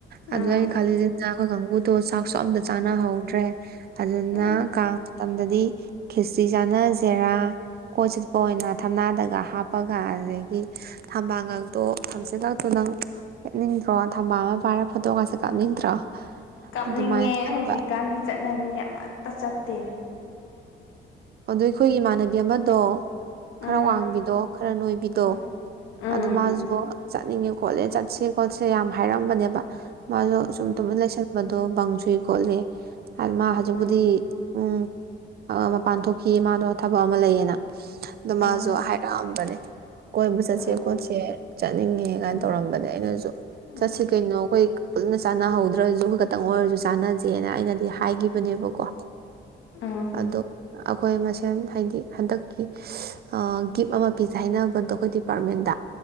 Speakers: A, on the right; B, on the left.
A: ꯑꯗꯨꯗ
B: ꯎꯝ
A: ꯑꯩ ꯈꯟꯂꯤꯁꯦ ꯑꯩꯈꯣꯏ ꯀꯥꯡꯒꯨ ꯇꯣ ꯆꯥꯛꯁꯨ ꯑꯝꯇ ꯆꯥꯅꯍꯧꯗꯔꯦ ꯑꯗꯨꯅ
B: ꯎꯝ
A: ꯀꯥꯡ ꯃꯇꯝꯗꯗꯤ ꯈꯦꯆ꯭ꯔꯤ ꯆꯥꯅ ꯖꯦꯔꯥ ꯀꯣꯏ ꯆꯠꯄ ꯑꯣꯏꯅ ꯊꯝꯅꯥꯗ ꯒ ꯍꯥꯞꯄꯒ ꯑꯗꯨꯗꯒꯤ ꯊꯝꯕꯥꯜ ꯉꯛꯇꯣ ꯊꯝꯆꯦꯠꯀꯇꯣ ꯅꯪ ꯍꯦꯡꯅꯤꯡꯗ꯭ꯔꯣ ꯊꯝꯕꯥꯜ ꯑꯃ ꯄꯥꯏꯔꯒ ꯐꯣꯇꯣꯒꯥꯁꯦ ꯀꯥꯞꯅꯤꯡꯗ꯭ꯔꯣ
B: ꯀꯞꯅꯤꯡꯉꯦ
A: ꯑꯗꯨꯃꯥꯏꯅ ꯈꯟꯕ
B: ꯍꯧꯖꯤꯛꯀꯥꯟꯒꯤ ꯆꯠꯅꯕꯤꯅꯦ ꯑꯃꯠꯇ ꯆꯠꯇꯦ
A: ꯑꯗꯣ ꯑꯩꯈꯣꯏ ꯏꯃꯥꯟꯅꯕꯤ ꯑꯃꯗꯣ ꯈꯔ
B: ꯎꯝ
A: ꯋꯥꯡꯕꯤꯗꯣ ꯈꯔ ꯅꯣꯏꯕꯤꯗꯣ
B: ꯎꯝ ꯎꯝ
A: ꯑꯗꯨ ꯃꯥꯁꯨ ꯆꯠꯅꯤꯡꯉꯦ ꯀꯣꯠꯂꯦ ꯆꯠꯁꯦ ꯈꯣꯠꯁꯦ ꯌꯥꯝ ꯍꯥꯏꯔꯝꯕꯅꯦꯕ ꯃꯥꯗꯣ ꯁꯨꯝ ꯇꯨꯃꯤꯟ ꯂꯩꯁꯟꯕꯗꯣ ꯕꯪ ꯆꯨꯏ ꯈꯣꯠꯂꯤ ꯍꯥꯏ ꯃꯥ ꯍꯧꯖꯤꯛꯄꯨꯗꯤ
B: ꯎꯝ ꯎꯝ
A: ꯎꯝ <unintelligible> ꯄꯥꯟꯊꯣꯛꯈꯤ ꯃꯥꯗꯣ ꯊꯕꯛ ꯑꯃ ꯂꯩꯌꯦꯅ ꯑꯗꯣ
B: ꯎꯝ
A: ꯃꯥꯁꯨ ꯍꯥꯏꯔꯛꯑꯝꯕꯅꯦ ꯀꯣꯏꯕ ꯆꯠꯁꯦ
B: ꯎꯝ
A: ꯈꯣꯠꯁꯦ ꯆꯠꯅꯤꯡꯉꯦ ꯀꯥꯏꯅ
B: ꯎꯝ
A: ꯇꯧꯔꯝꯕꯅꯦ ꯑꯩꯅꯁꯨ
B: ꯎꯝ
A: ꯆꯠꯁꯤ ꯀꯩꯅꯣ ꯑꯩꯈꯣꯏ ꯄꯨꯟꯅ ꯆꯥꯅꯍꯧꯗ꯭ꯔꯁꯨꯒ ꯈꯇꯪ ꯑꯣꯏꯔꯁꯨ ꯆꯥꯟꯅꯁꯦꯅ ꯑꯩꯅꯗꯤ ꯍꯥꯏꯈꯤꯕꯅꯦꯕꯀꯣ
B: ꯎꯝ
A: ꯑꯗꯣ ꯑꯩꯈꯣꯏ ꯃꯁꯦꯟ ꯍꯥꯏꯗꯤ ꯍꯟꯗꯛꯀꯤ ꯒꯤꯞ ꯑꯃ ꯄꯤꯖꯩ ꯍꯥꯏꯅꯕ ꯑꯗꯣ ꯑꯩꯈꯣꯏ ꯗꯤꯄꯥꯔꯠꯃꯦꯟꯗ